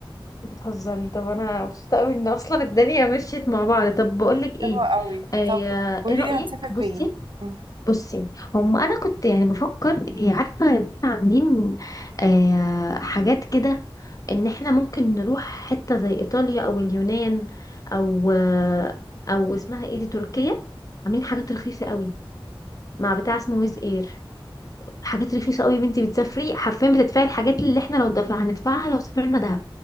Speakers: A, on the left (about 40°); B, on the right (about 65°).
A: بتهزرني طب انا مبسوطة قوي ان اصلا الدنيا مشيت مع بعض طب بقول لك
B: حلوه
A: ايه
B: قوي
A: آه،
B: طب قوليلي
A: ايه رأيك
B: هنسافر
A: بصي
B: فين مم.
A: بصي هم انا كنت يعني بفكر إيه، عارفه يا بنت عاملين آه حاجات كده ان احنا ممكن نروح حته زي ايطاليا او اليونان او آه او اسمها ايه دي تركيا عاملين حاجات رخيصه قوي مع بتاع اسمه ويز اير حاجات رخيصه قوي يا بنتي بتسافري حرفيا بتدفعي الحاجات اللي احنا لو دفع هندفعها لو سافرنا دهب